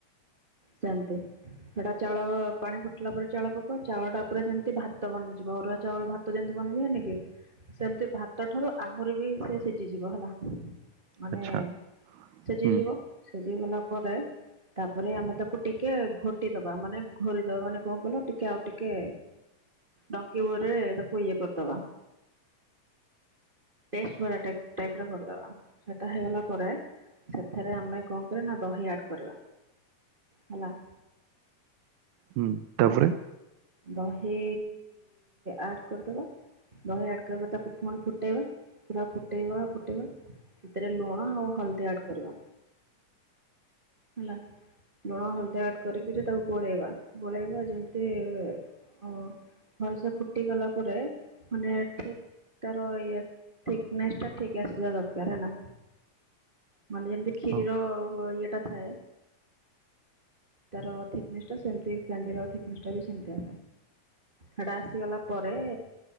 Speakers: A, on the right (about 35°); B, on the right (about 75°).
A: ସେମତି ସେଟା ଚାଉଳ ପାଣି ଫୁଟିଲା ପରେ ଚାଉଳ ପକାଉ ଚାଉଳ ଟା ପୁରା ଯେମତି ଭାତ ବନିଯିବ ଅରୁଆ ଚାଉଳ ଭାତ ଯେମିତି ବନିଯିବନି କି ସେମିତି ଭାତ ଠାରୁ ଆହୁରି ବି ସେ ସିଝିଯିବ ହେଲା। ମାନେ
B: ଆଚ୍ଛା
A: ସିଝିଯିବ
B: ହୁଁ
A: ସିଝିଗଲା ପରେ ତାପରେ ଆମେ ତାକୁ ଟିକେ ଘୋଟି ଦବା ମାନେ ଘୋରିଦବା ମାନେ କଣ କହିଲ ଟିକେ ଆଉ ଟିକେ ଡଙ୍କିିବରେ ତାକୁ ଇଏ କରିଦେବା ପେଷ୍ଟ ଭଳିଆ ଟା ଟାଇପ୍ର କରିଦେବା। ସେଟା ହେଇଗଲା ପରେ ସେଥିରେ ଆମେ କଣ କରିବା ନା ଦହି ଆଡ କରିବା ହେଲା।
B: ହୁଁ ତାପରେ
A: ଦହି ଆଡ କରିଦବା ଦହି ଆଡ କରିବା ତାକୁ ଫୁଣି ଫୁଟା। ବା ପୁରା ଫୁଟେଇବା ଫୁଟେଇବା ସେଥିରେ ଲୁଣ ଆଉ ହଳଦୀ ଆଡ କରିବା ହେଲା ଲୁଣ ହଲ ଦ୍ୟାଟ୍ କରିକିରି ତାକୁ ଗୋଳେଇବା ଗୋଳେଇବା ଯେମିତି ଓ ଭଲ ସେ ଫୁଟି ଗଲା ପରେ ମାନେ ଠିକ ତାର ଇଏ ଥିକ୍ ନେସ୍ ଟା ଠିକ୍ ଆସିବା ଦରକାର। ହେଲା ମାନେ ଯେମିତି କ୍ଷିରୀର
B: ହଁ
A: ଇଏ ଟା ଥାଏ। ତାର ଥିକନେସ୍ ଟା ସେମତି କାଞ୍ଜିର ଥିକନେସ୍ ଟା ବି ସେମତିଆ। ହାଡ଼ା ଆସିଗଲା ପରେ